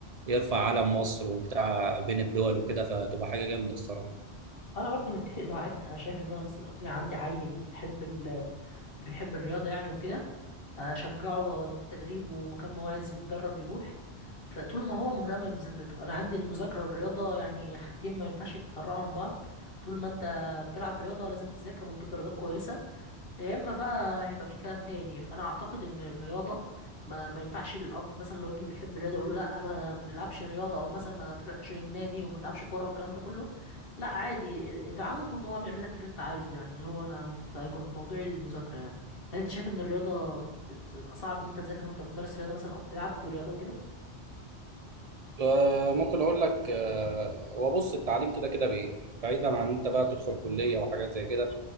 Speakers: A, on the right; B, on the left.
A: يرفع علم مصر وبتاع بين الدول وكده فتبقى حاجه جامده الصراحه
B: انا برضو متفق معاك انا شايف ان انا مثلا لو طلع عندي عيل بيحب ال... بيحب الرياضه يعني وكده هشجعه واوديه تدريب ومكان ما هو عايز يتدرب يروح فطول ما هو مهتم بمذاكرته انا عندي المذاكره والرياضه يعني حاجتين ما ينفعش يتفرقوا عن بعض طول ما انت بتلعب رياضه لازم تذاكر وتجيب درجات كويسه يا اما بقى هيبقى في كلام تاني فانا اعتقد ان الرياضه ما, ما ينفعش الاب مثلا لو ابنه بيحب الرياضه يقول له لا ما تلعبش رياضه او مثلا ما تروحش النادي وما تلعبش كوره والكلام ده كله لا عادي ادعمه طول ما هو بيعمل لك اللي انت عايزه يعني اللي هو انا في هيكون في موضوع المذاكره يعني هل انت شايف ان الرياضه بتبقى صعب ان انت تذاكر وانت بتمارس رياضه مثلا او بتلعب رياضه وكده
A: آه، ممكن اقول لك آه، هو بص التعليم كده كده بي- بعيدا عن انت بقى تدخل كليه وحاجات زي كده